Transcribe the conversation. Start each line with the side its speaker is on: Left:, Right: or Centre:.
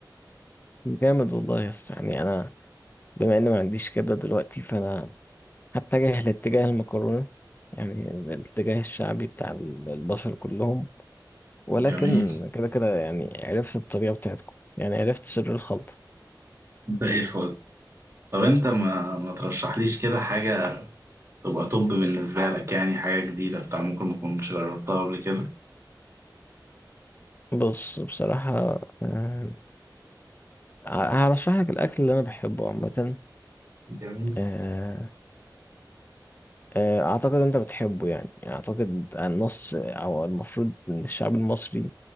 Left: جامد والله يا اسطى يعني انا بما اني ما عنديش كبده دلوقتي فانا هتجه لاتجاه المكرونه يعني الاتجاه الشعبي بتاع ال- البشر كلهم ولكن
Right: جميل
Left: كده كده يعني عرفت الطريقه بتاعتكم يعني عرفت سر الخلطه
Right: زي الفل طب انت ما, ما ترشحليش كده حاجة تبقى طب بالنسبة لك يعني حاجة جديدة بتاع ممكن ما كنتش جربتها قبل كده
Left: بص بصراحه آه، هرشح لك الاكل اللي انا بحبه عامه
Right: جميل
Left: آه، آه، اعتقد انت بتحبه يعني يعني اعتقد النص او المفروض ان الشعب المصري